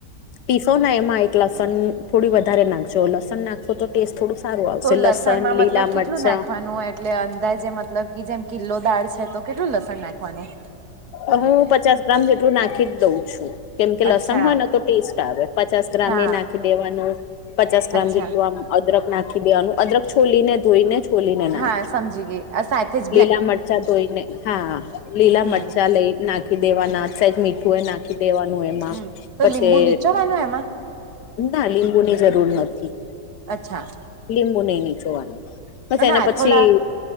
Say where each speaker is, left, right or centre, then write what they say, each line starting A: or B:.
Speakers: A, on the left; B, on the right.
A: પીસો ને એમાં એક લસન થોડી વધારે નાખજો લસન નાખ સોતો ટેસ્ટ થોડું સારું આવશે
B: તો લસણમાં
A: લસણ, લીલા
B: મતલબ
A: મરચા
B: કેટલું નાખવાનું એટલે અંદાજે મતલબ કે જેમ કિલ્લો દાળ છ તો કેટલું લસણ નાખવાનું
A: અ હું પચાસ ગ્રામ જેટલું નાખીજ દઉં છું. કેમ કે
B: અચ્છા
A: લસણ હોય ને તો ટેસ્ટ આવે પચાસ ગ્રામ
B: હા
A: એ નાખીદેવાનું પચાસ ગ્રામ
B: અચ્છા
A: જેટલું આમ અદરક નાખી દેવાનું અદરક છોલી ને ધોઈ ને છોલી ને નાખ
B: હા સમજી ગઈ આ સાથેજ
A: લીલા મરચા ધોઈને હા લીલા
B: હમ
A: મરચા લઈ નાખી દેવાના સેજ મીઠું એ નાખ નાખી દેવાનું એમાં
B: હમ તો
A: પછી
B: લીંબુ નીચોવાનું એમાં
A: ના લીંબુ ની જરૂર નથી
B: અચ્છા
A: લીંબુ નઈ નીચવાનું બસ
B: અને
A: એના
B: આથોલા
A: પછી.